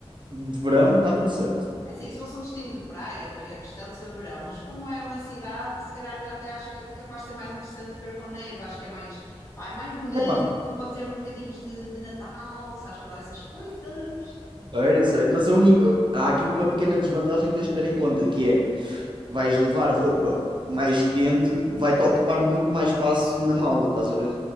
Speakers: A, on the right (about 45°); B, on the left (about 30°).
A: de verão, está tudo certo.
B: É assim, se fosse um destino de praia, faria questão de ser verão, mas como é uma cidade, se calhar até acho que é capaz de ser mais interessante ver com neve, acho que é mais, pá, é mais bonito,
A: É pá,
B: pode ter mercadinhos de, de Natal, sabes que eu adoro essas coisas.
A: eu sei, eu sei. Mas a uni- há aqui uma pequena desvantagem que tens que ter em conta, que é vais levar roupa mais quente, vai-te ocupar muito mais espaço na mala, estás a ver?